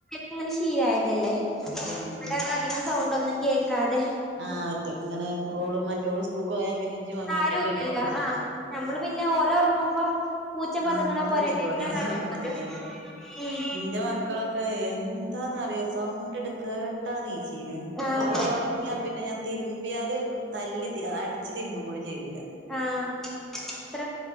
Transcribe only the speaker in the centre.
അങ്ങനെ ശീലായതല്ലേ അവിടെ
അങ്ങനെ അധികം സൗണ്ട് ഒന്നും കേക്കാതെ.
ആരും
ഇല്ലല്ലോ ആഹ് നമ്മള് പിന്നെ ഓല് ഒറങ്ങുമ്പോ പൂച്ച പതുങ്ങണ
പോലെല്ലേ ഇങ്ങനെ നടക്കും
ഉം
ആഹ്
ആ അത്ര